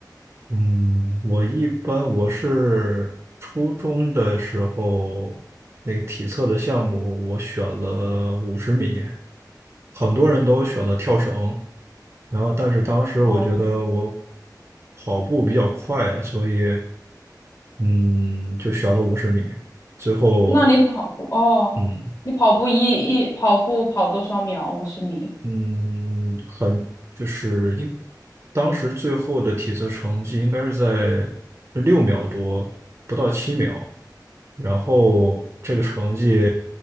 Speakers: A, on the right; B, on the left.
A: 嗯，我一般我是初中的时候那个体测的项目，我选了五十米，很多人都选了跳绳，然后但是当时我觉得我
B: 哦，
A: 跑步比较快，所以嗯就选了五十米，最后
B: 那你跑步哦，
A: 嗯
B: 你跑步一一跑步跑多少秒？五十米。
A: 嗯，很就是应当时最后的体测成绩应该是在六秒多，不到七秒，然后这个成绩